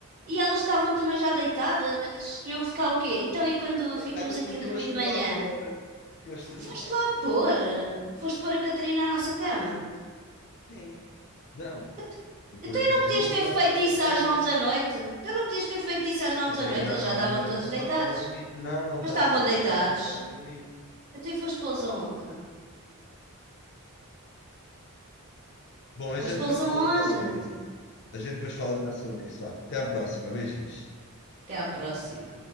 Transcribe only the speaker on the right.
E elas estavam também já deitadas. Iam ficar o quê? Então, e quando
ficamos aqui
a dormir
de
manhã?
F-
Foste
lá
pôr? Foste pôr a Catarina à nossa cama?
Ent-
Então,
e
não podias ter
feito
isso
às nove da noite? Então, não podias ter feito isso às nove
da noite? Eles
já
estavam
todos
deitados.
Mas
estavam
deitados.
Até foste pô-los aonde?
Foste
pô-los
aonde?
Até à próxima.